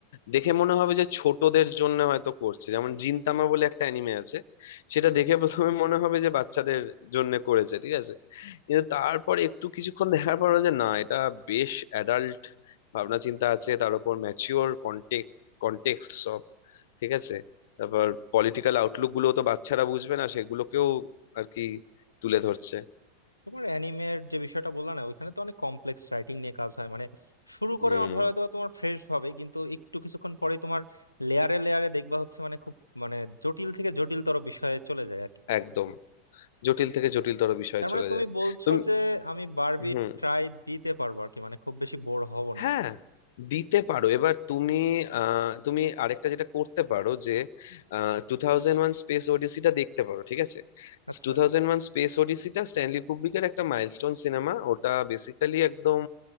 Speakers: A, on the left (about 55°); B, on the left (about 85°).
A: দেখে মনে হবে যে ছোটদের জন্য হয়তো করছে যেমন জিনতামা বলে একটা অ্যানিমে আছে সেটা দেখে প্রথমে মনে হবে যে বাচ্চাদের জন্য করেছে ঠিক আছে কিন্তু তারপর একটু কিছুক্ষণ দেখার পর যে না এটা বেশ অ্যাডাল্ট ভাবনা চিন্তা আছে তার উপর ম্যাচিওর কন্টেক্ট কনটেক্সট সব ঠিক আছে তারপর পলিটিক্যাল আউটলুক গুলো তো বাচ্চারা বুঝবে না সেগুলোকেও আর কি তুলে ধরছে
B: তোমার অ্যানিমের যে বিষয়টা বললা না ওইখানে তো অনেক কমপ্লেক্স রাইটিং নিয়ে কাজ হয় মানে শুরু করে
A: হুম
B: আমার হয়তো বা তোমার ফ্রেশ ভাবে কিন্তু একটু কিছুক্ষণ পরেই তোমার লেয়ারে লেয়ারে দেখবা হচ্ছে মানে খুব মানে জটিল থেকে জটিলতর বিষয়ে চলে যায় আর কি
A: একদম জটিল থেকে জটিলতর বিষয়ে
B: তার মানে
A: চলে
B: তুমি
A: যায়
B: বলছো
A: তুমি
B: যে আমি বারবি
A: হুম
B: ট্রাই দিতে পারবো আর কি মানে খুব বেশি বোর হব না
A: হ্যাঁ দিতে পারো এবার তুমি আহ, তুমি আরেকটা যেটা করতে পারো যে টু থাউজেন্ড ওয়ান স্পেস ওডিসিটা দেখতে পারো ঠিক আছে
B: আচ্ছা
A: টু থাউজেন্ড ওয়ান স্পেস ওডিসিটা স্ট্যানলি কুব্রিকের একটা মাইলস্টোন সিনেমা ওটা বেসিক্যালি একদম